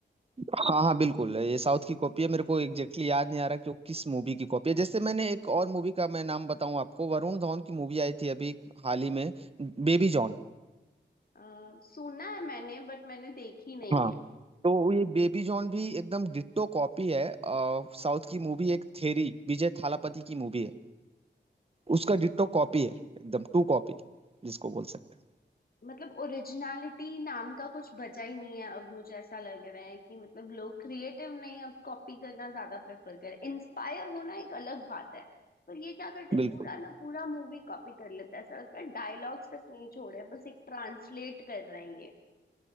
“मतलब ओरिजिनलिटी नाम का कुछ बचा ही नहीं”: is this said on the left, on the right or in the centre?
Left